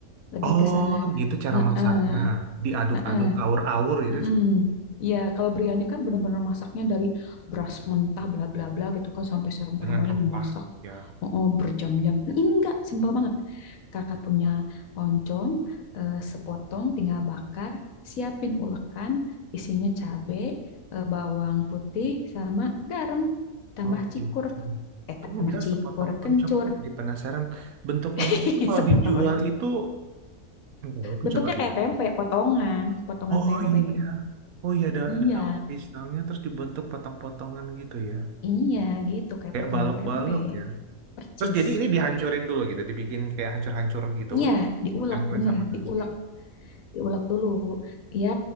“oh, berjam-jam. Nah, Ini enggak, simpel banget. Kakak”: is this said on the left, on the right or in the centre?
Left